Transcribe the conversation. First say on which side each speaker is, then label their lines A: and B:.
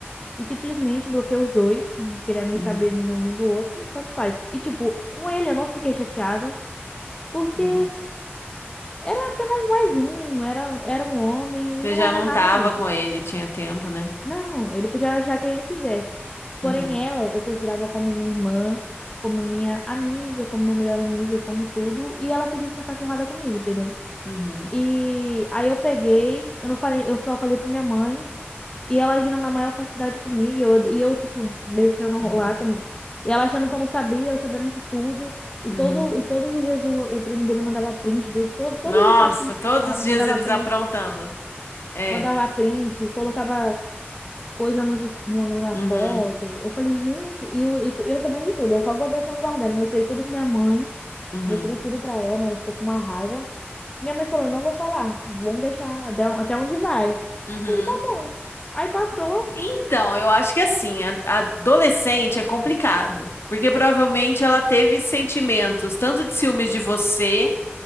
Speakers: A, on the left; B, on the left.
A: E simplesmente bloqueei os dois, não queria nem
B: uhum,
A: saber de um nem do outro, tanto faz. E tipo, com ele eu não fiquei chateada, porque
B: uhum.
A: era apenas mais um, era, era um homem
B: Você
A: e não
B: já
A: era
B: não
A: nada
B: tava
A: meu.
B: com ele, tinha tempo, né?
A: Não, ele podia achar quem ele quisesse. Porém,
B: Uhum,
A: ela eu considerava como minha irmã, como minha amiga, como minha melhor amiga, como tudo, e ela fez essa cachorrada comigo, entendeu?
B: uhum,
A: E aí eu peguei, eu não falei, eu só falei pra minha mãe, E ela agindo na maior falsidade comigo, eu- e eu, tipo, deixando
B: uhum,
A: rolar, como- e ela achando que eu não sabia, eu sabendo de tudo. E,
B: uhum.
A: todo, e todos os dias o, o primo dele mandava print, do, todo, todos
B: Nossa,
A: os estados que eles
B: todos
A: postavam,
B: os dias
A: mandava
B: eles
A: print,
B: aprontando. É.
A: mandava print, colocava coisa nos, es- no- no- na
B: Uhum,
A: foto. Eu falei, gente, e, o- e tu- eu sabendo de tudo, eu só go- deixando guardando. Mostrei tudo pra minha mãe,
B: uhum,
A: mostrei tudo pra ela, né? Ela ficou com uma raiva. Minha mãe falou, não vou falar, vamos deixar até até onde vai. Eu
B: uhum.
A: Falei, tá bom. Aí passou.
B: Então, eu acho que assim, a a adolescente é complicado, porque provavelmente ela teve sentimentos tanto de ciúmes de você,